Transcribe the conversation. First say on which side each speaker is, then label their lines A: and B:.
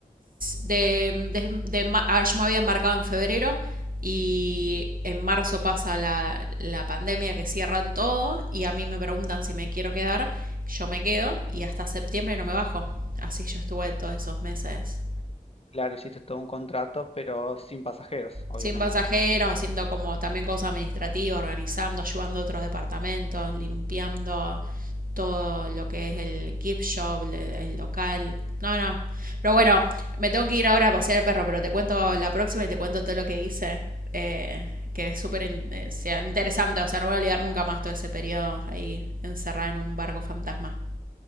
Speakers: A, on the right; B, on the left.
A: de, de, de a ver, yo me había embarcado en febrero y en marzo pasa la, la pandemia que cierran todo y a mí me preguntan si me quiero quedar, yo me quedo y hasta septiembre no me bajo. Así yo estuve todos esos meses
B: Claro, hiciste todo un contrato, pero sin pasajeros, obviamente.
A: sin pasajeros, haciendo como también cosas administrativas, organizando, ayudando a otros departamentos, limpiando todo lo que es el gift shop, el, el local. No, no. Pero bueno, me tengo que ir ahora a pasear el perro, pero te cuento la próxima y te cuento todo lo que hice. eh, que es súper eh, sea interesante, o sea, no voy a olvidar nunca más todo ese periodo ahí encerrada en un barco fantasma.